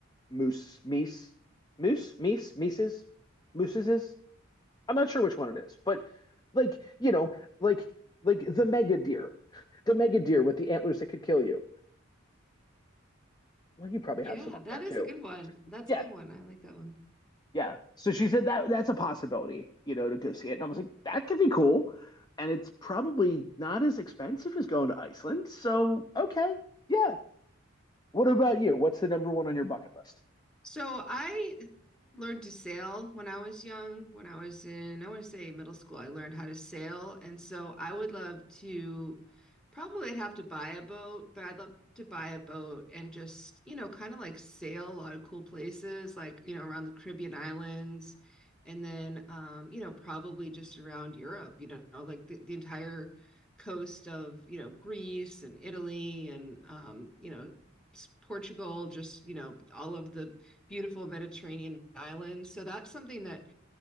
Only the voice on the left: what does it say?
moose meese moose meese meeses mooses. I'm not sure which one it is, but like you know, like like the mega deer, the mega deer with the antlers that could kill you. Well, you probably
have some up
there too.
Yeah,
yeah. So she said that that's a possibility, you know, to go see it, and I was like, that could be cool, and it's probably not as expensive as going to Iceland. So okay, yeah. What about you? What's the number one on your bucket list?